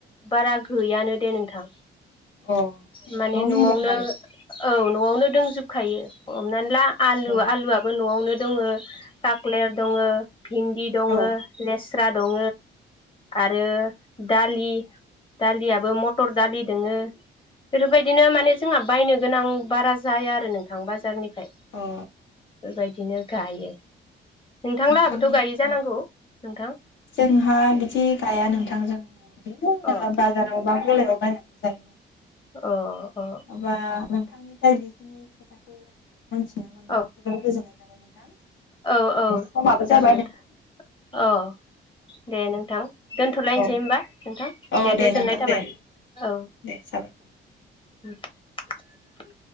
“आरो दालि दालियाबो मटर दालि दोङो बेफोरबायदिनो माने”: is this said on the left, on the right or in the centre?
Left